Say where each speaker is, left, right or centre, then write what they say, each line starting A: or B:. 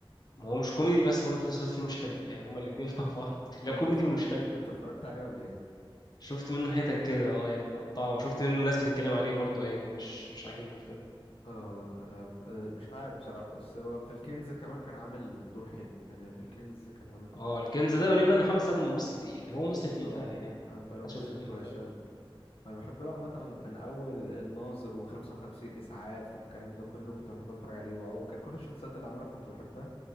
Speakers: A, on the left; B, on the left.
A: ما هو مش كوميدي بس برضه في نفس الوقت فيلم مش حلو يعني هما الاتنين <laughs> مع بعض لا
B: هو
A: كوميدي
B: انت اتفرجت
A: ومش حلو
B: انت اتفرجت عليه ولا ايه
A: شفت منه حتت كده اه يعني مقطعه وشفت منه ناس بتتكلم عليه برضه يعني مش مش عاجبهم الفيلم
B: اه الغاب آه، مش عارف بصراحة بس هو في الكنز كمان كان عامل دور حلو يعني في الكنز كان عامل
A: اه الكنز ده قريب انا محمد سعد ممثل تقيل هو ممثل تقيل
B: اه
A: فعلا يعني
B: اه فعلا
A: محدش
B: ممثل
A: يقدر يختلف
B: كويس
A: فاهم
B: اوي انا بحب له عامة من اول الناظر و55 اسعاف والكلام ده كله كنت بحب اتفرج عليه وعوكل كل الشخصيات اللي عملها كنت بحبها